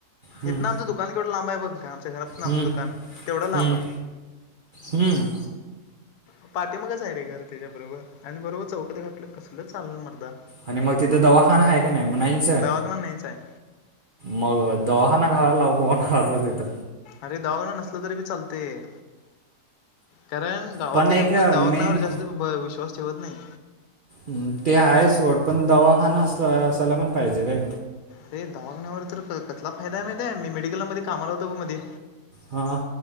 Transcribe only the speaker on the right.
हम्म,
हम्म,
हम्म,
हम्म.
आणि मग तिथं दवाखाना आहे का नाही. म नाहीचय
मग दवाखाना घालायला लावुकं कोणाला आता तिथ.
पण एक
मेन
ह ते आहे सोड. पण दवाखाना अस असायला पण पाहिजे रे.
हा